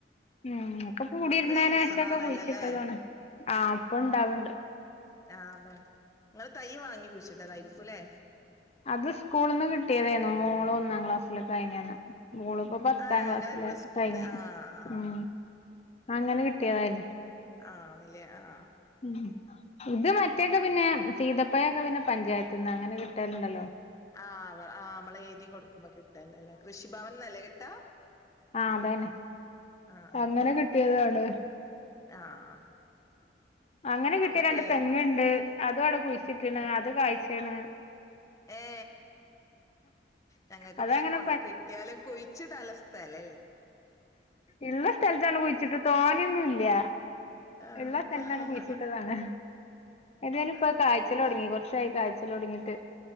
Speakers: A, on the left; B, on the left.
A: ഉം ഒക്കെ കൂടിരുന്നതിനനശൊക്കെ
B: സീസൺ ആണല്ലോ
A: കുഴിച്ചിട്ടതാണ്
B: അല്ലേ
A: ആ അപ്പൊ ഇണ്ടാവണ്ട്
B: ആഹ് അതാണ് നിങ്ങള് തൈ വാങ്ങി കുഴിച്ചിട്ടേതായിരിക്കുംല്ലേ
A: അത് സ്കൂളിൽ നിന്ന് കിട്ടിയതായിരുന്നു മോളോ ഒന്നാം ക്ലാസ്സിലൊക്കെ അയിനന്ന് മോള്ിപ്പോ പത്താം
B: ആഹ്
A: ക്ലാസ്സില്
B: അങ്ങനെ സ്കൂൾന്ന്
A: കഴിഞ്ഞു
B: ആഹ് ആഹ്
A: ഉ അങ്ങനെ കിട്ടിയതായിരുന്നു
B: ആണല്ലേ ആ
A: ഉ ഇത് മറ്റൊക്കെ പിന്നെ സീതപ്പയൊക്കെ പിന്നെ പഞ്ചായത്ത് നിന്ന് അങ്ങനെ രണ്ടലോ
B: ആഹ് ആഹ് നമ്മള് എഴുതി കൊടുക്കുമ്പോ കിട്ടല്ല അല്ലേ കൃഷിഭവൻ നില കിട്ടാ
A: ആതന്നെ
B: ആഹ് ആഹ്
A: അങ്ങനെ കിട്ടിയതാണ് ത്
B: ആഹ് ആഹ്
A: അങ്ങനെ
B: പിന്നെ
A: കിട്ടിയ
B: നമ്മക്ക്
A: രണ്ട് തെങ്ങുണ്ട് അതും അവിടെ കുഴിച്ചിട്ടിണ് അത് കയി ക്ഷാണ്
B: ഏ ഞങ്ങക്ക്
A: അതങ്ങനെ
B: പിന്നെ കൊണ്ട് കിട്ടിയാലും കുഴിച്ചിട ഉള്ള സ്ഥലം
A: ഉള്ള സ്ഥലത്താണ് കുഴിച്ചിട്ട് തോനിയൊന്നുംല് ഇല്ല
B: ആഹ്
A: ഉള്ള സ്ഥലത്തന്ന് കുയിച്ചിട്ടതാണ് എന്തായാലും ഇപ്പൊ
B: അതന്നെ
A: കാഴ്ചൽ തുടങ്ങി കുറച്ചായി കാഴ്ച് <unintelligible>